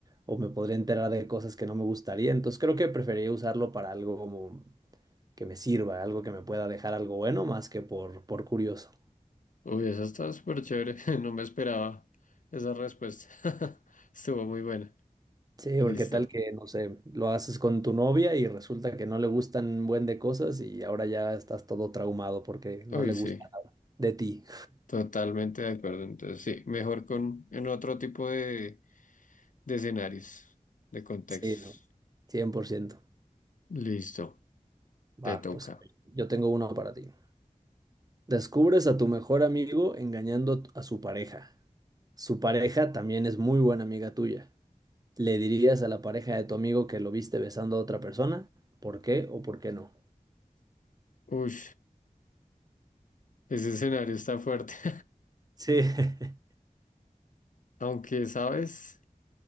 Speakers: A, on the right; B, on the left.
A: o me podría enterar de cosas que no me gustaría. Entonces creo que preferiría usarlo para algo como que me sirva, algo que me pueda dejar algo bueno más que por, por curioso.
B: Uy, esa está súper chévere, <laughs> no me esperaba esa respuesta. <laughs> Estuvo muy buena.
A: Sí,
B: Listo.
A: porque tal que, no sé, lo haces con tu novia y resulta que no le gustan buen de cosas y ahora ya estás todo traumado porque no
B: Uy,
A: le gusta
B: sí,
A: nada de ti.
B: totalmente de acuerdo. Entonces, sí, mejor con en otro tipo de, de escenarios, de contextos.
A: Sí, no, cien por ciento
B: Listo, te
A: Va,
B: toca.
A: pues yo tengo uno para ti. Descubres a tu mejor amigo engañando a su pareja. Su pareja también es muy buena amiga tuya. ¿Le dirías a la pareja de tu amigo que lo viste besando a otra persona? ¿Por qué o por qué no?
B: Uy. Ese escenario está fuerte. <laughs>
A: Sí. <laughs>
B: Aunque, ¿sabes?